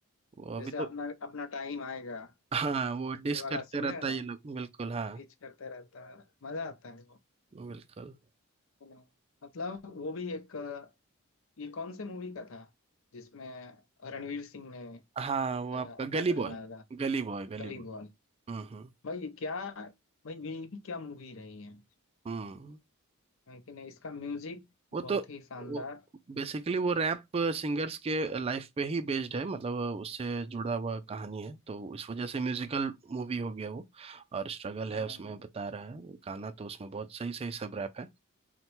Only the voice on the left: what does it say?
जैसे अपना
अपना टाइम आएगा
ये वाला
सुने
हैं ना
रीच करते रहता है मजा आता है वो
you know। मतलब वो भी एक ये कौन से मूवी का था जिसमें रणवीर सिंह ने
अ,
अपना
टाइम
आएगा
गली
बॉय
भाई ये क्या भाई ये भी क्या मूवी रही है
है कि नहीं इसका म्यूजिक
बहुत ही शानदार
हाँ